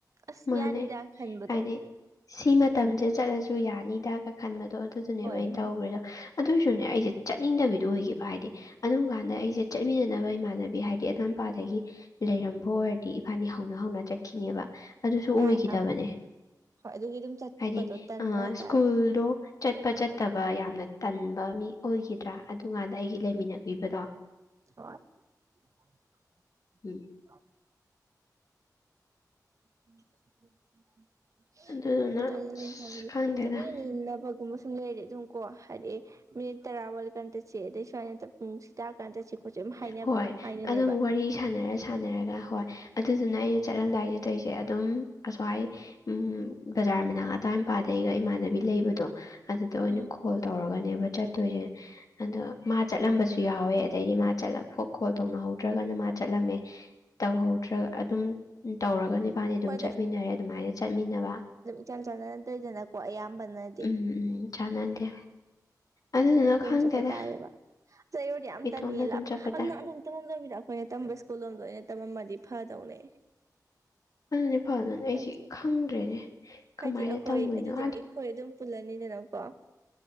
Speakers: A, on the right; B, on the left.
A: ꯑꯁ
B: ꯃꯥꯅꯦ
A: ꯌꯥꯅꯤꯗ ꯈꯟꯕꯗꯣ
B: ꯍꯥꯏꯗꯤ ꯁꯤ ꯃꯇꯝꯁꯦ ꯆꯠꯂꯁꯨ ꯌꯥꯅꯤꯗꯒ ꯈꯟꯕꯗꯣ ꯑꯗꯨꯗꯨꯅꯦꯕ
A: ꯍꯣꯏ
B: ꯑꯩꯅ
A: ꯍꯣꯏ
B: ꯇꯧꯈ꯭ꯔꯦꯗꯣ ꯑꯗꯨ ꯑꯣꯏꯁꯨꯅꯦ ꯑꯩꯁꯦ ꯆꯠꯅꯤꯡꯗꯕꯤꯗꯣ ꯑꯣꯏꯈꯤꯕ ꯍꯥꯏꯗꯤ ꯑꯗꯨꯝ ꯀꯥꯟꯗ ꯑꯩꯁꯦ ꯆꯠꯃꯤꯟꯅꯅꯕ ꯏꯃꯥꯟꯅꯕꯤ ꯍꯥꯏꯗꯤ ꯑꯗꯣꯝ ꯃꯄꯥꯗꯒꯤ ꯂꯩꯔꯝꯕ ꯑꯣꯏꯔꯗꯤ ꯏꯕꯥꯅꯤ ꯍꯧꯅ ꯍꯧꯅ ꯆꯠꯈꯤꯅꯦꯕ ꯑꯗꯨꯁꯨ
A: ꯌꯥꯏ
B: ꯑꯣꯏꯈꯤꯗꯕꯅꯦ
A: ꯑꯪ ꯍꯣꯏ ꯑꯗꯨꯒꯤ ꯑꯗꯨꯝ ꯆꯠꯄꯗꯣ
B: ꯍꯥꯏꯗꯤ
A: ꯇꯟꯕ ꯍꯥꯏꯇꯥꯔꯦ
B: ꯁ꯭ꯀꯨꯜꯗꯣ ꯆꯠꯄ ꯆꯠꯇꯕ ꯌꯥꯝꯅ ꯇꯟꯕ ꯃꯤ ꯑꯣꯏꯈꯤꯗ꯭ꯔꯥ ꯑꯗꯨꯀꯥꯟꯗ ꯑꯩꯒꯤ ꯂꯩꯃꯤꯟꯅꯕꯤꯕꯗꯣ
A: ꯍ <unintelligible>
B: ꯎꯝ
A: ꯎ ꯎ <unintelligible>
B: ꯑꯗꯨꯗꯨꯅ
A: ꯑꯗꯨꯅꯤ
B: ꯑꯁ
A: ꯍꯥꯏ
B: ꯈꯪꯗꯦꯗ
A: ꯆꯠꯃꯤꯅꯅꯤꯅ ꯄꯒꯨꯝ ꯁꯨꯝ ꯂꯩꯔꯦ ꯑꯗꯨꯝ ꯀꯣ ꯍꯥꯏꯗꯗꯤ ꯃꯤꯅꯤꯠ ꯇꯔꯥ ꯋꯥꯂꯀꯥꯟ ꯆꯠꯁꯦ ꯑꯗꯩ ꯁꯨꯃꯥꯏꯅ ꯎꯝ ꯁꯤ ꯇꯥꯔꯀꯥꯟꯗ ꯆꯠꯁꯦ ꯈꯣꯠꯁꯦ ꯑꯗꯨ ꯍꯥꯏꯅꯕꯗꯣ
B: ꯍꯣꯏ
A: ꯍꯥꯏꯅꯅꯦꯕ
B: ꯑꯗꯨꯝ ꯋꯥꯔꯤ ꯁꯥꯟꯅꯔ ꯁꯥꯟꯅꯔꯒ ꯍꯣꯏ ꯑꯗꯨꯗꯨꯅ ꯑꯩꯅ ꯆꯠꯂꯝꯗꯥꯏꯗ ꯇꯧꯏꯁꯦ ꯑꯗꯨꯝ ꯑꯁ꯭ꯋꯥꯏ ꯎꯝ ꯕꯖꯥꯔ ꯃꯅꯥ ꯑꯋꯥꯏ ꯃꯄꯥꯗꯩꯒ ꯏꯃꯥꯟꯅꯕꯤ ꯂꯩꯕꯗꯣ ꯑꯗꯨꯗ ꯑꯣꯏꯅ
A: ꯎꯝ
B: ꯀꯣꯜ ꯇꯧꯔꯒꯅꯦꯕ ꯆꯠꯇꯣꯏꯁꯦ ꯑꯗꯣ ꯃꯥ ꯆꯠꯂꯝꯕꯁꯨ ꯌꯥꯎꯋꯦ ꯑꯗꯩꯗꯤ ꯃꯥ ꯆꯠꯄ ꯀꯣꯜ ꯇꯧꯅꯍꯧꯗ꯭ꯔꯒꯅ ꯃꯥ ꯆꯠꯂꯝꯃꯦ ꯇꯧꯍꯧꯗ꯭ꯔꯒ ꯑꯗꯨꯝ ꯇꯧꯔꯒ ꯕꯥꯅꯤ ꯑꯗꯨꯝ
A: ꯍꯣꯏ
B: ꯆꯠꯃꯤꯟꯅꯔꯦ ꯑꯗꯨꯃꯥꯏꯅ ꯆꯠꯃꯤꯟꯅꯕ
A: ꯍꯛꯆꯥꯟ <unintelligible> ꯆꯥꯟꯅꯅꯠꯇꯣꯏꯗꯅꯀꯣ ꯑꯌꯥꯝꯕꯅꯗꯤ
B: ꯎꯝ ꯎꯝ ꯆꯥꯟꯅꯗꯦ ꯑꯗꯨꯗꯨꯅ
A: ꯎꯝ ꯅꯇꯣꯝ
B: ꯈꯪꯗꯦꯗ
A: ꯆꯠꯄꯇꯥꯏꯑ‌ꯦꯕ ꯑꯁ ꯑꯩ ꯑꫭꯏꯔꯗꯤ ꯌꯥꯝ
B: ꯏꯇꯣꯝꯗ
A: ꯇꯟꯅꯤꯌ‌ꯦ
B: ꯑꯗꯨꯝ
A: ꯂꯤꯞ
B: ꯆꯠꯄꯗ
A: <unintelligible> ꯑꯈꫭꯏꯅ ꯇꯝꯕ ꯁ꯭ꯀꯨꯜ ꯂꯣꯝꯗ ꯑꯩꯅ ꯇꯝꯃꯝꯃꯗꯤ ꯐꯗꯧꯅꯦ
B: ꯑꯗꯨꯅꯤ ꯐꯗꯧꯅꯤ ꯑꯩꯁꯤ
A: ꯍꯥꯏꯗꯤ
B: ꯈꯪꯗ꯭ꯔꯦꯅꯦ ꯀꯃꯥꯏꯅ
A: ꯍꯥꯏꯗꯤ ꯑꯩꯈꯣꯏ
B: ꯇꯝꯃꯨꯏꯅꯣ
A: ꯑꯗꯨꯗꯤ ꯑꯩꯈꯣꯏ ꯑꯗꯨꯝ ꯄꯨꯜꯂꯅꯤꯗ ꯅꯀꫭ